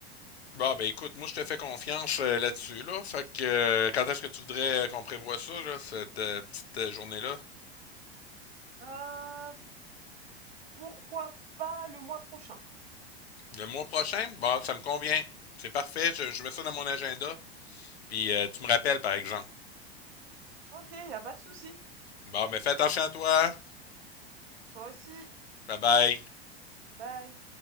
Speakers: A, on the left; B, on the right.
A: Bah, ben écoute, moi je te fais confiance euh, là-dessus, là. Fait que euh, quand est-ce que tu voudrais euh, qu'on prévoie ça, là, cette euh, petite euh, journée-là?
B: Euh, pourquoi pas le mois prochain?
A: Le mois prochain? Bah, ça me convient. C'est parfait, je, je mets ça dans mon agenda. Puis euh, tu me rappelles, par exemple.
B: Ok, y a pas de souci.
A: Bon, ben fais attention à toi.
B: Toi aussi.
A: Bye bye.
B: Bye.